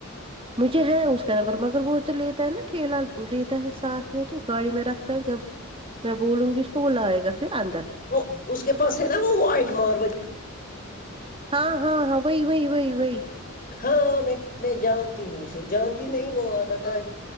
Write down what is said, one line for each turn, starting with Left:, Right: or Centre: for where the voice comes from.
Right: مجھے ہے اس کا نمبر مگر وہ تو لیتا ہے نا ٹھیلا لیتا ہے ساتھ میں تو گاڑی میں رکھتا ہے جب میں بولوں گی اس کو وہ لائے گا پھر اندر
Left: وہ اس کے پاس ہے نا وہ وائٹ مارو
Right: ہاں ہاں ہاں وہی وہی وہی وہی
Left: ہاں میں میں جانتی ہوں اسے جانتی نہیں وہ آتا تھا